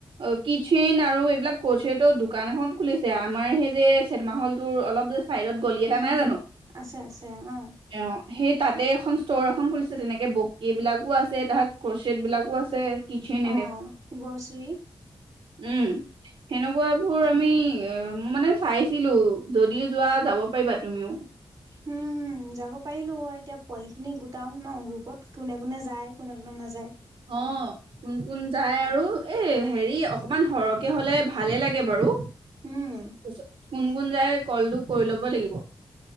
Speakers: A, on the right; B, on the right.
A: অ' কিচেন আৰু এইবিলাক কছেতৰ দোকান এখন খুলিছে, আমাৰ সেই যে চিনেমা হ'ল'টোৰ অলপ যে- চাইডত গলি এটা
B: উম
A: নাই জানোঁ-
B: আছে আছে অ
A: অঁ' সেই তাতে এখন ষ্ট'ৰ এখন খুলিছে তেনেকে বকী বিলাকো আছে তাৰপাছত ক্ৰচেট বিলাকো আছে। কিচেন
B: অঁ' গ'ছেৰি।
A: উমঁ' সেনেকুৱা বোৰ আমি মোৰ মানে চাইছিলোঁ, যদি যোৱা যাব পাৰিবা তুমিও।
B: হুম হুম। যাব পাৰিলোঁ হয় এতিয়া পোৱালিখিনি গোটাও ন' গ্ৰুপত কোনে কোনে যায় কোনে কোনে নাযায়।
A: অঁ'। কোন কোন যায় আৰু এ হেৰি অকমান সৰহকে হ'লে ভালে লাগে বাৰু।
B: উম
A: কোন কোন যায় কলটো কৰি ল'ব লাগিব।